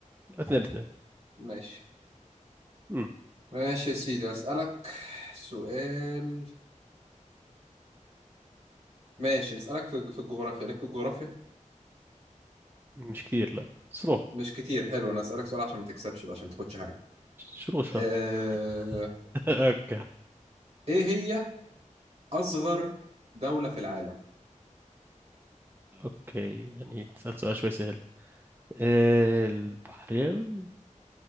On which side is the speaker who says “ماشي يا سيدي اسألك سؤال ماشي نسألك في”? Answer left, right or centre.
Right